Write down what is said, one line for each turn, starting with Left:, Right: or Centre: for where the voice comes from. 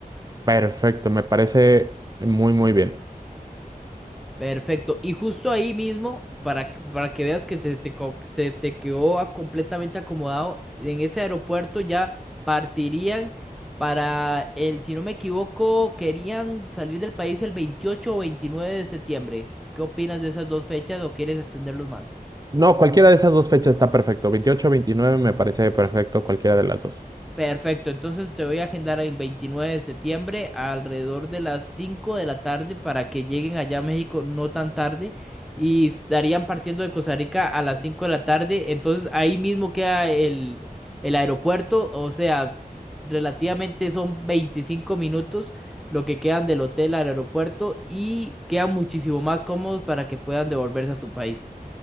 Right: Perfecto, me parece muy, muy bien.
Centre: Perfecto. Y justo ahí mismo, para, que- para que veas que se te, co- se te quedó a- completamente acomodado, en ese aeropuerto ya partirían para el, si no me equivoco, querían salir del país el 28 o 29 de septiembre. ¿Qué opinas de esas dos fechas o quieres extenderlos más?
Right: No, cualquiera de esas dos fechas está perfecto. 28, 29, me parece perfecto, cualquiera de las dos.
Centre: Perfecto, entonces te voy a agendar en 29 de septiembre alrededor de las 5 de la tarde para que lleguen allá a México no tan tarde y estarían partiendo de Costa Rica a las 5 de la tarde, entonces ahí mismo queda el, el aeropuerto, o sea, relativamente son 25 minutos lo que quedan del hotel al aeropuerto y quedan muchísimo más cómodos para que puedan devolverse a su país.